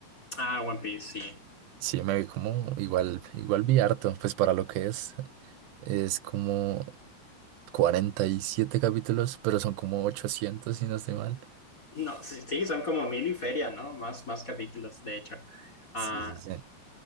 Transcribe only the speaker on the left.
Ah, One Piece, sí.
No, sí, sí, son como mil y feria, ¿no? Más, más capítulos, de hecho. Ah,